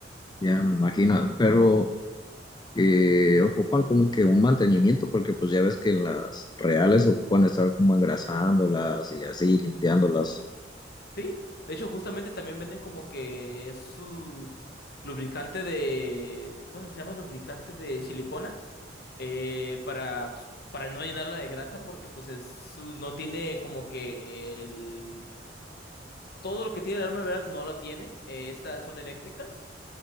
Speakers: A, on the left; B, on the left.
A: Ya me imagino, pero eh, ocupan como que un mantenimiento, porque pues ya ves que las reales ocupan estar como engrasándolas y así, limpiándolas.
B: Sí, de hecho, justamente también venden como que es su lubricante de, bueno, se llama lubricante de silicona, eh, para, pues, para no llenarla de grasa, porque pues es su, no tiene como que el, todo lo que tiene el arma, ¿verdad? No lo tiene, eh, estas son eléctricas,